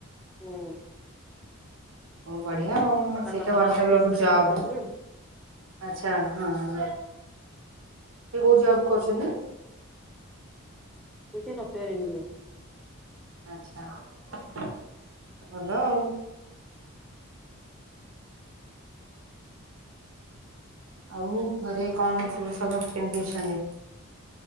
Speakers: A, in the centre; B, on the right.
A: ହୁଁ।
B: ବଢିଆ ଆଉ
A: ତା
B: ସେଇଟା
A: ବାପା
B: ୱାନ
A: ତାର ଅଫିସ
B: ଟାଇପ ଅଫ୍
A: ଗଲେ
B: ଜବ।
A: ସକାଳୁ ନା।
B: ଆଚ୍ଛା ହଁ। ସେ କୋଉ ଜବ୍ କରୁଛନ୍ତି?
A: ସେ ସଫ୍ଟୱାର ଇଞ୍ଜିନିଅର।
B: ଆଚ୍ଛା, ଭଲ ଆଉ। ଆଉ ଘରେ କଣ ସବୁ <unintelligible> କେମିତି ଅଛନ୍ତି?